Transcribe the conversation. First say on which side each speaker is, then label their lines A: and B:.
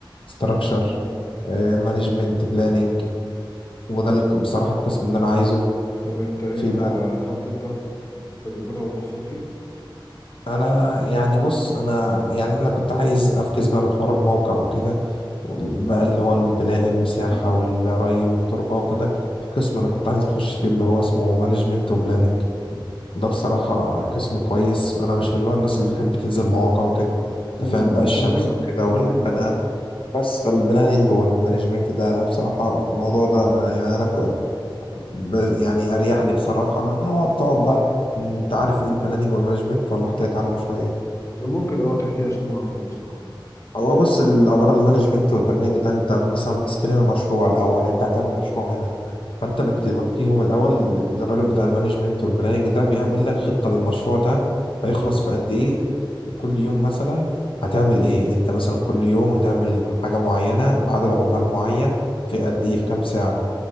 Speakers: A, on the left; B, on the left.
A: ستراكشر
B: مم.
A: مانجمنت بلاننج وده الق- بصراحة القسم اللي انا عايزه
B: طب انت ايه
A: في
B: انت
A: بقى
B: خدت طب تدريبات او كورسات فيه
A: انا يعني بص انا يعني انا كنت عايز افكس بقى من حوار الموقع وكده وال- بقى اللي هو البناء المساحة والري والتربة وكده في قسم انا كنت عايز اخش فيه اللي هو اسمه مانجمنت وبلاننج ده بصراحة قسم كويس وانا مش من نوع الناس اللي بتحب تنزل مواقع وكده انت
B: امم
A: فاهم بقى الشمس
B: كلنا
A: وكده
B: كلنا
A: والحدقة بس فالبلاننج والمانجمنت ده بصراحة الموضوع ده يعني أنا كو- ب- يعني أريح لي بصراحة إن هو بتقعد بقى أنت عارف إيه البلاننج والمانجمنت ولا أحكي لك عنهم شوية
B: ممكن اه تحكي لي عشان ما اعرفهمش صراحة
A: هو بص العبارة المانجمنت والبرنامج ده انت مثلا بتستلم المشروع الأول انت هتعمل مشروع هنا فانت بتوديهم الأول للراجل بتاع المانجمنت والبرنامج ده بيعمل لك خطة للمشروع ده هيخلص في قد ايه وكل يوم مثلا هتعمل ايه
B: مم.
A: انت مثلا كل يوم هتعمل حاجة معينة بعدد عمال معين في قد ايه في كام ساعة